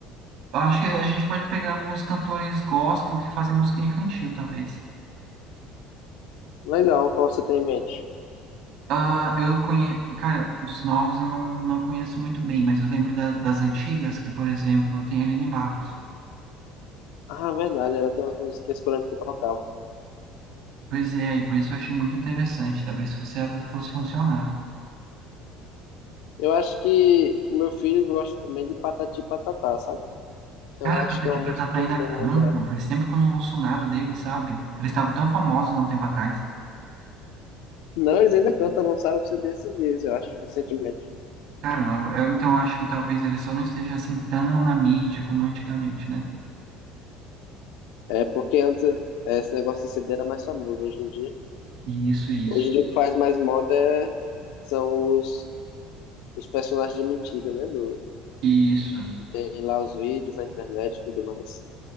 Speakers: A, on the right; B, on the left.
A: Eu acho que a gente pode pegar alguns cantores gospel que fazem música infantil, talvez.
B: Legal, qual você tem em mente?
A: Ah, eu conheço, cara, os novos eu não, não conheço muito bem, mas eu lembro da- das antigas, que, por exemplo, tem a Aline Barros.
B: Ah, verdade, ela tem umas musiquinhas que eu lembro que tocava.
A: Pois é, e por isso eu achei muito interessante. Talvez fosse algo que fosse funcionar.
B: Eu acho que o meu filho gosta também de Patati e Patatá, sabe? Então
A: Cara,
B: eu acho
A: Patati
B: que é uma
A: e Patatá
B: música que
A: ainda
B: não tem
A: cantam.
B: muita.
A: Faz tempo que eu não ouço nada deles, sabe? Eles estavam tão famosos há um tempo atrás.
B: Não, eles ainda cantam, lançaram o CD esses dias, eu acho, recentemente.
A: Caramba, eu então acho que talvez eles só não estejam assim tão na mídia como antigamente, né?
B: É, porque antes é, esse negócio de CD era mais famoso hoje em dia.
A: Isso, isso,
B: Hoje em dia o que faz mais moda é- são os, os personagens de mentira, né? Do,
A: isso.
B: que tem lá os vídeos na internet e tudo mais.